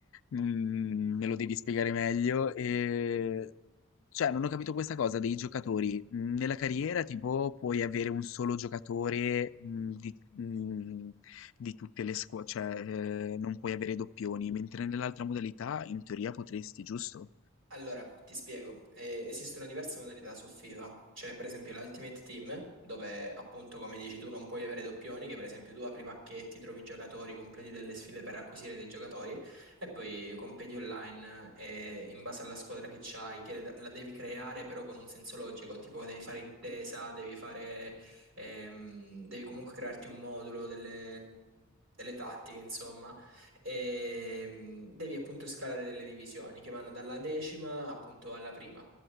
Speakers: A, on the left (about 70°); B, on the right (about 75°).
A: mm, me lo devi spiegare meglio. E cioè, non ho capito questa cosa dei giocatori. Mm, Nella carriera, tipo, puoi avere un solo giocatore mm, di, mm, di tutte le squadre, cioè, eh, non puoi avere doppioni, mentre nell'altra modalità, in teoria, potresti, giusto?
B: Allora, ti spiego, Eh, esistono diverse modalità su FIFA, c'è per esempio l'Ultimate Team, dove appunto come dici tu non puoi avere doppioni, che per esempio tu apri pacchetti, trovi giocatori, completi delle sfide per acquisire dei giocatori e poi competi online eh, in base alla squadra che c'hai, che la devi creare però con un senso logico, tipo devi fare intesa, devi fare, ehm, devi comunque crearti un modulo delle delle tattiche, insomma e mh, devi appunto scalare delle divisioni che vanno dalla decima appunto alla prima.